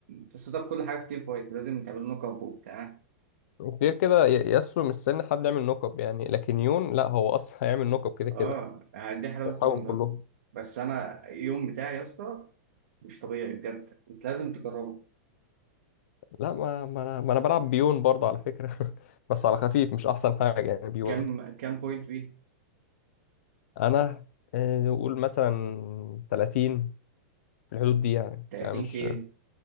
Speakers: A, on the right; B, on the left.
A: تسيت اب كل حاجة في تيم فايت لازم تعمل نوك اب وبتاع
B: وغير كده ي- ياسو مستني حد يعمل نوك اب يعني لكن يون لا هو اصلا هيعمل نوك اب كده
A: اه
B: كده
A: دي حلاوة
B: واصحابهم
A: يوني
B: كلهم
A: بقى بس انا يوم بتاعي يا اسطى مش طبيعي بجد انت لازم تجربه
B: لا ما ما انا ما انا بلعب بيون برضه على فكره <laughs> بس على خفيف مش احسن حاجه يعني بيون
A: كام كام بوينت بيه
B: انا آه، نقول مثلا 30 في الحدود دي يعني
A: 30
B: يعني مش
A: كي